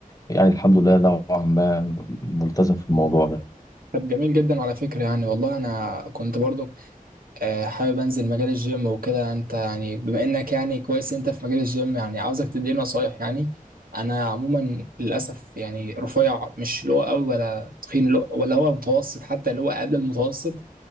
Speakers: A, on the left; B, on the right.
A: يعني الحمد لله نوعا ما ملتزم في الموضوع ده
B: طب جميل جدا على فكرة يعني والله أنا كنت برضو آه، حابب أنزل مجال الجيم وكده أنت يعني بما إنك يعني كويس أنت في مجال الجيم يعني عاوزك تديني نصايح يعني أنا عموما للأسف يعني رفيع مش اللي هو قوي ولا تخين اللي هو- ولا هو متوسط حتى اللي هو قبل المتوسط